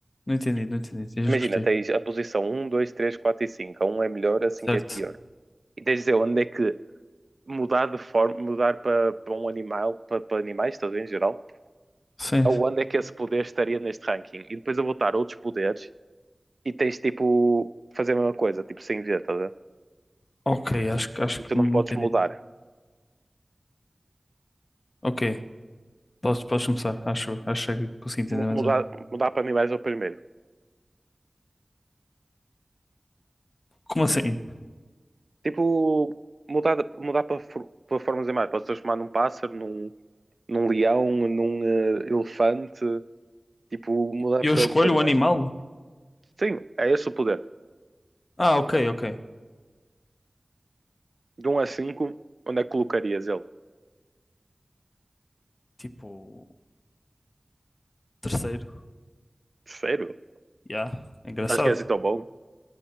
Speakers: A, on the left (about 60°); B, on the right (about 60°).
A: Não entendi,
B: Tipo,
A: não entendi. Tens
B: imagina,
A: de repetir.
B: tens a posição um dois três 4 e cinco A um é melhor, a cinco
A: Certo.
B: é pior. E tens de dizer onde é que mudar de forma, mudar para, para um animal, para, para animais, estás a ver, em geral,
A: Sim.
B: aonde é que esse poder estaria neste ranking? E depois eu vou dar outros poderes e tens tipo fazer a mesma coisa, tipo sem ver, estás a ver?
A: Ok, acho, que- acho
B: E
A: que
B: tu não
A: me
B: podes
A: entendi.
B: mudar.
A: Ok. Podes, podes começar. Acho, acho que consegui entender
B: Mu-
A: mais
B: Mudar,
A: ou menos.
B: mudar para animais é o primeiro.
A: Como assim?
B: Tipo, mudar, mudar para, for- para formas de animais. Podes transformar num pássaro, num, num leão, num eh, elefante. Tipo, mudar
A: Eu
B: para,
A: escolho
B: para animais.
A: o animal?
B: Sim, é esse o poder.
A: Ah, ok, ok.
B: De um a 5, onde é que colocarias ele?
A: Tipo, terceiro.
B: Terceiro?
A: Ya, é engraçado.
B: Acho que é assim tão bom.